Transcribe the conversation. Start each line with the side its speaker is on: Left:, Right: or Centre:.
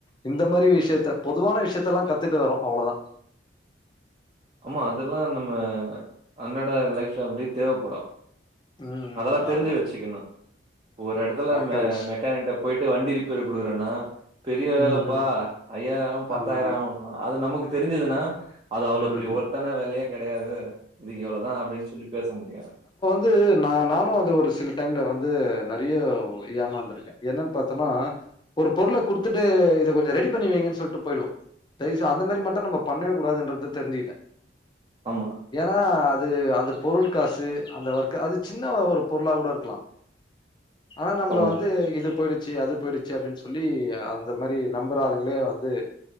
Left: இந்த மாரி விஷியத்த பொதுவான விஷியத்தெல்லா கத்துட்டு வரோ அவ்ளோ தா
Right: ஆமா அதெல்லா நம்ம அன்றாட லைஃப்ல அப்டியே தேவப்படு
Left: ம்
Right: அதெல்லா
Left: ம்
Right: தெரிஞ்சு
Left: ஆமா
Right: வெச்சுக்கணு ஒரு எடத்துல மெ
Left: கரெக்ட்
Right: மெக்கானிகிட்ட போய்ட்டு வண்டி ரிப்பேர்க்கு குடுக்குறேன்னா பெரிய வேலப்பா
Left: ம் ம்
Right: ஐயாயிரோ ஆவு பத்தாயிரோ
Left: ஆமா
Right: ஆவுனுவா அது நமக்கு தெரிஞ்சதுன்னா அது அவ்ளோ
Left: ம் ம்
Right: ஒர்த்தான வேலயே கெடையாது இதுக்கு இவ்ளோ தா அப்டின்னு சொல்லி பேச முடியு
Left: து நா நானு அது ஒரு சில டைம்ல வந்து நெறைய ஏமாந்துருக்கே என்னன்னு பாத்தன்னா ஒரு பொருள குடுத்துட்டு இத கொஞ்சோ ரெடி பண்ணி வைங்கன்னு சொல்லிட்டு போய்டுவோ தயசு செஞ் அந்த மாரி மட்டு நம்ம பண்ணவே கூடதுன்றது தெரிஞ்சிக்கிட்ட
Right: ஆமா
Left: ஆ அது அந்த பொருள் காசு அந்த ஒர்க்க அது சின்ன ஒரு பொருளா கூட இருக்கலா ஆனா நம்மள
Right: ஆமா.
Left: வந்து இது போய்டுச்சு அது போய்டுச்சு அப்டின்னு சொல்லி அந்த மாரி நம்புற ஆளுங்களே வந்து